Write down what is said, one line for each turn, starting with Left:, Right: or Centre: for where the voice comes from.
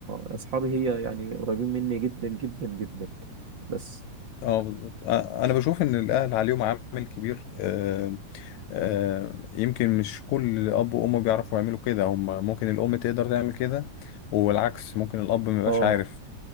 Right: اه اصحابي هي يعني قريبين مني جدا جدا جدا بس
Left: اه بالظبط آه، انا بشوف ان الاهل عليهم عامل كبير آه، آه، يمكن مش كل اب وام بيعرفوا يعملوا كده هم ممكن الام تقدر تعمل كده والعكس ممكن الاب ما يبقاش
Right: اه
Left: عارف